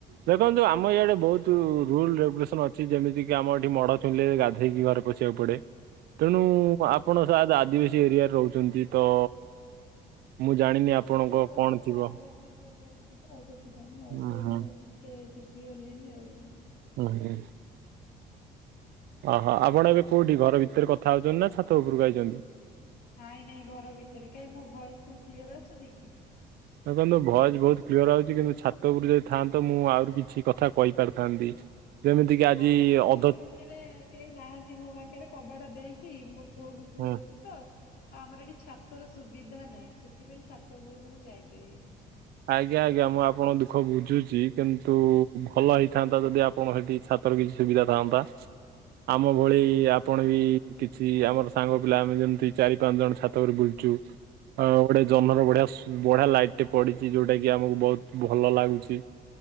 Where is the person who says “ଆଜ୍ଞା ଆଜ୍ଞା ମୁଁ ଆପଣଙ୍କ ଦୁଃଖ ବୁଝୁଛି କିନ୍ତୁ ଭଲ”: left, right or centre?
Right